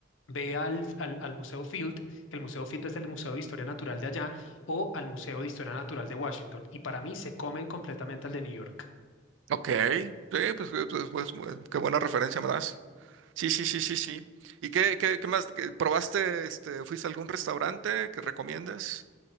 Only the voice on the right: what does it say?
ok, sí, pues, pues, pues, pues, mu- qué buena referencia me das. Sí, sí, sí, sí, sí. ¿Y qué, qué, qué más? ¿Qué- ¿Probaste, este, fuiste a algún restaurante que recomiendes?